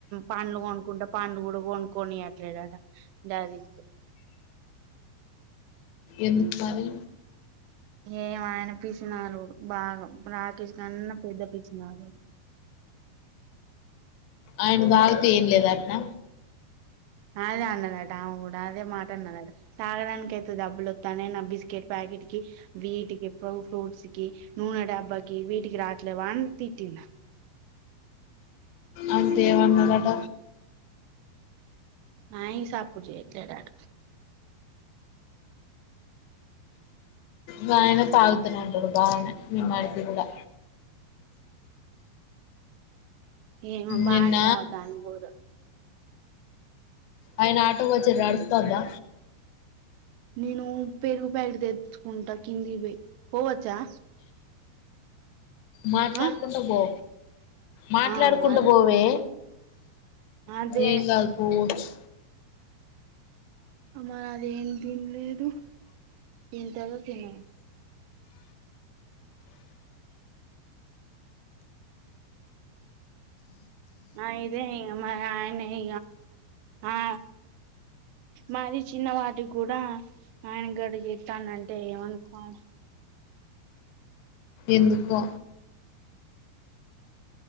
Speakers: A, on the right; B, on the left.
A: పండ్లు కొనుకుంటే పండ్లు కూడా కొనుక్కొనియట్లేడట గది
B: ఎందుకు మరి
A: ఏం ఆయన పిసినారోడు బాగా రాకేష్ కన్నా పెద్ద పిసినారోడు
B: ఆయన తాగుతే ఏం లేదు అటన
A: అదే అన్నదట ఆమె కూడా అదే మాట అన్నదట తాగడానికి అయితే డబ్బులు ఒత్తనాయి నా బిస్కెట్ ప్యాకెట్ కి వీటికి ఫ్రూట్స్ కి నూనె డబ్బకి వీటికి రాట్లేవా అని తిట్టింద
B: అంటే ఏమన్నడట
A: నాయి సప్పుడు చేయలేడట
B: వయనే తాగుతనంటడు బాగనే మీ మరిది కూడా
A: ఏమో బాగనే
B: నిన్న
A: అనే తాగుతాండు బుడు
B: ఆయన ఆటో మంచిగ నడుతందా
A: నేను పెరుగు ప్యాకిట్ తెచ్చుకుంటా కింది పోయి పోవచ్చా
B: మాట్లాడుకుంటా
A: ఆ
B: పో మాట్లాడుకుంటా
A: ఆ అదే
B: పోవే
A: అదే
B: ఏం కాదు పోవొచ్చు
A: అమ్మా నాది ఏం తినలేదు దని తర్వా తినము అయిదే ఇ మరి ఆయన ఇ ఆ మరి చిన్నవాటికి కూడా ఆయన గడ చెస్తానంటే ఏమనుకోవాలి
B: ఎందుకో